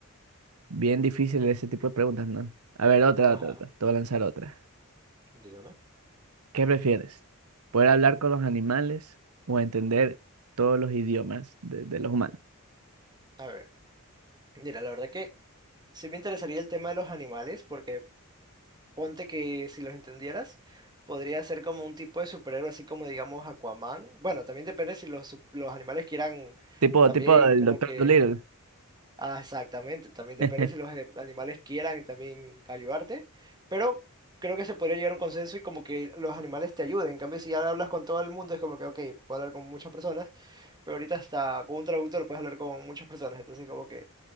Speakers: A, on the right; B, on the right.
A: bien difícil ese tipo de preguntas, ¿no? A ver, otra,
B: Ajá,
A: otra, otra. Te voy a lanzar otra.
B: dígame.
A: ¿Qué prefieres? ¿Poder hablar con los animales o entender todos los idiomas de, de los humanos?
B: A ver, mira, la verdad que. Sí me interesaría el tema de los animales, porque Ponte que si los entendieras, podría ser como un tipo de superhéroe, así como digamos Aquaman. Bueno, también depende si los, su- los animales quieran
A: Tipo,
B: también
A: tipo el
B: como
A: Doctor
B: que
A: Dolittle.
B: Ah, exactamente, también depende
A: <laughs>
B: si los ani- animales quieran también ayudarte, pero creo que se podría llegar a un consenso y como que los animales te ayuden. En cambio, si ya hablas con todo el mundo, es como que, ok, puedo hablar con muchas personas, pero ahorita hasta con un traductor puedes hablar con muchas personas, entonces como que